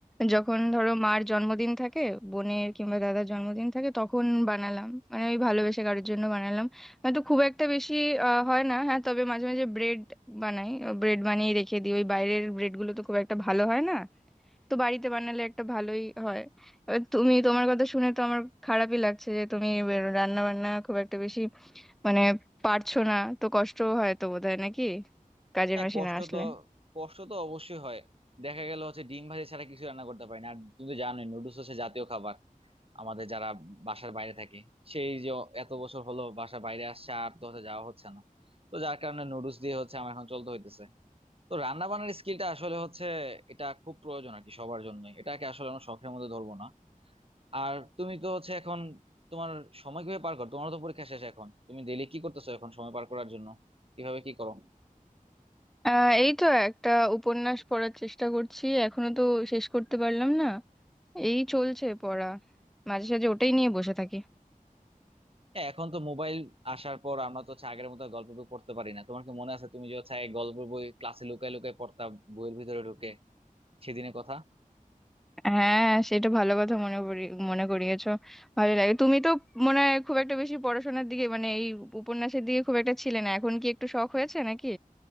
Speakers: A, in the centre; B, on the right.
A: যখন ধরো মার জন্মদিন থাকে বোনের কিংবা দাদার জন্মদিন থাকে তখন বানালাম মানে ওই ভালোবেসে কারোর জন্য বানালাম হয়তো খুব একটা বেশি আহ, হয় না হ্যাঁ তবে মাঝে মাঝে ব্রেড বানাই ব্রেড বানিয়ে রেখে দিই ওই বাইরের ব্রেডগুলো তো খুব একটা ভালো হয় না তো বাড়িতে বানালে একটা ভালোই হয় এবার তুমি তোমার কথা শুনে তো আমার খারাপই লাগছে যে তুমি রান্না বান্না খুব একটা বেশি মানে পারছো না তো কষ্ট হয় তো বোধহয় নাকি কাজের
B: হ্যাঁ
A: মাসে
B: কষ্ট
A: না আসলে
B: তো কষ্ট তো অবশ্যই হয় দেখা গেল হচ্ছে ডিম ভাজি ছাড়া কিছু রান্না করতে পারি না আর তুমি তো জানোই নুডলস হচ্ছে জাতীয় খাবার আমাদের যারা বাসার বাইরে থাকে সেই যে এত বছর হলো বাসার বাইরে আসছে আর তো হচ্ছে যাওয়া হচ্ছে না তো যার কারণে নুডলস দিয়ে হচ্ছে আমার এখন চলতে হইতেছে তো রান্না বান্নার স্কিলটা আসলে হচ্ছে এটা খুব প্রয়োজন আর কি সবার জন্য এটাকে আসলে আমরা শখের মধ্যে ধরবো না আর তুমি তো হচ্ছে এখন তোমার সময় কিভাবে পার করো তোমার তো পরীক্ষা শেষ এখন তুমি ডেইলি কি করতেছো এখন সময় পার করার জন্য কিভাবে কি করো
A: আহ এই তো একটা উপন্যাস পড়ার চেষ্টা করছি এখনো তো শেষ করতে পারলাম না এই চলছে পড়া মাঝে সাঝে ওটাই নিয়ে বসে থাকি
B: এ, এখন তো মোবাইল আসার পর আমরা তো হচ্ছে আগের মতো আর গল্প বই পড়তে পারি না তোমার কি মনে আছে তুমি যে হচ্ছে আগে গল্প বই ক্লাসে লুকায় লুকায় পড়তা বইয়ের ভিতরে ঢুকে সেদিনের কথা
A: হ্যাঁ সেটা ভালো কথা মনে করি মনে করিয়েছো ভালো লাগে তুমি তো মনে হয় খুব একটা বেশি পড়াশোনার দিকে মানে এই উপন্যাসের দিকে খুব একটা ছিলে না এখন কি একটু শখ হয়েছে নাকি